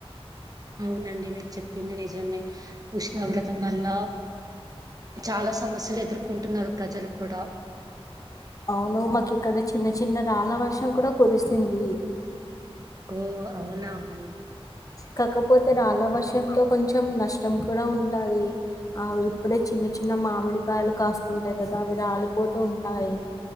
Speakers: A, on the right; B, on the left.
A: అవునండి మీకు చెప్పింది నిజమే ఉష్ణోగ్రతం వల్ల చాలా సమస్యలు ఎదుర్కొంటున్నారు ప్రజలు కూడా
B: అవును మాకు ఇక్కడ చిన్న చిన్న రాళ్ళ వర్షం కూడా కురిసింది
A: ఓ అవునా మ
B: కాకపోతే రాళ వషంతో కొంచెం కొంచెం నష్టం కూడా ఉంటది ఇప్పుడే చిన్న చిన్న మామిడికాయలు కాస్తుంటాయి కదా అవి రాలిపోతూ ఉంటాయి